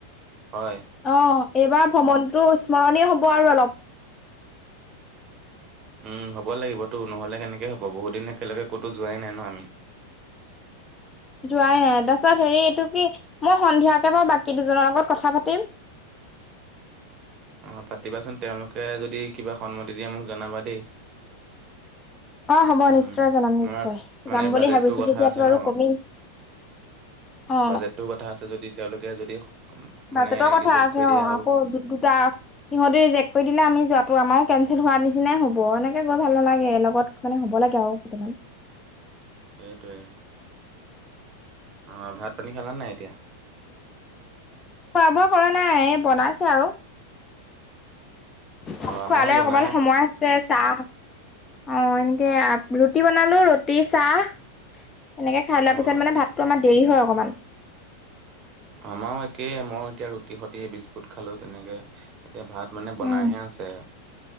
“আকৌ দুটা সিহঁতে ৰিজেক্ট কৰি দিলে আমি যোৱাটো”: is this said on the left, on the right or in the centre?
Left